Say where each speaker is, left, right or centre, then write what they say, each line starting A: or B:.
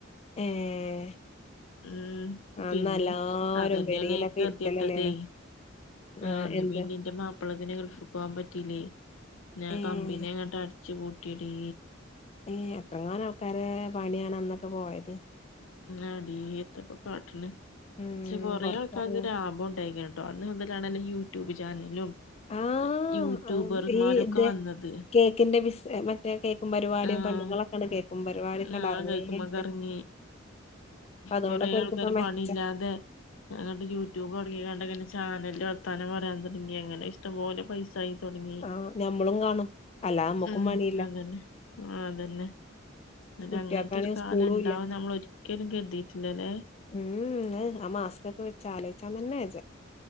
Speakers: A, on the left; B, on the left.
A: ഏഹ്
B: ഉം
A: അന്ന്
B: പിന്നെ
A: എല്ലാരും
B: അതന്നെയാണെ
A: പെരീലൊക്കെ
B: കെദ്യട്ടത്
A: ഇരിക്കലല്ലേനോ
B: ആ
A: ആഹ്
B: അന്ന്
A: എന്ത്
B: പിന്നെ ഇന്റെ മാപ്പിളത്തിനെ ഗൾഫ്പോവാംപറ്റീല്ലേ ന്നെ
A: ഏഹ്
B: കമ്പിനെ അങ്ങോട്ടട് ച്ച് പൂട്ടിയടീ
A: ഏഹ് എത്രങ്ങാനആൾക്കാരെ പണിയാണ് അന്നൊക്കെ പോയത്
B: ആടീ എത്തപ്പൊ കാട്ട്ണ്
A: ഉം
B: ക്ഷെ കൊറെേ
A: പൊറത്തെറങ്ങ
B: ആൾക്കാര്ക് ലാഭം ഉണ്ടായിക്ണ്. ട്ടൊ അന്ന്മുതലാണല്ല യൂട്യൂബ്ചാനലും
A: ആഹ്
B: യൂട്യൂബർമാരൊക്കെ
A: ഈ ഇത്
B: വന്നത്
A: കേക്കിന്റെ ബിസ് മറ്റേ കേക്കും പരിപാടിയും
B: ആഹ്
A: പെണ്ണുങ്ങളൊക്കെണ്ട് കേക്കും പരിപാടിയൊക്കെണ്ട്
B: ആഹ്
A: അറങ്ങിട്ട്
B: തഴിക്കുമ്മ കറങ്ങി
A: അപ്പ അതോണ്ടൊക്കെ
B: കൊറെേ ആൾക്കാര്
A: ഓൽക്കിപ്പ മെച്ച
B: പണില്ലാതെ അങ്ങട്ട് യൂട്യൂബ് തൊടങ്ങിക്കാണ്ട്ങ്ങനെ ചാനല് വർത്താനം പറയാൻ തുടങ്ങി അങ്ങനെ ഇഷ്ടപോലെ പൈസ ആയി തൊടങ്ങി
A: ആഹ് ഞമ്മളും കാണും അല്ലാതെ നമ്മക്കും
B: മ്
A: പണിയില്ല
B: അതന്നെ അതന്നെ അല്ല
A: കുട്ടികൾക്കാണെങ്കിൽ
B: അങ്ങൻത്തൊരു കാലംണ്ടാവുന്ന്
A: സ്കൂളും ഇല്ല
B: നമ്മൾ ഒരിക്കലും കര്തിയിട്ടില്ലല്ലേ
A: ഉം അഹ് അ മാസ്കൊക്കെ വെച്ച ആലോയിച്ചാതന്നെ വജ്ജ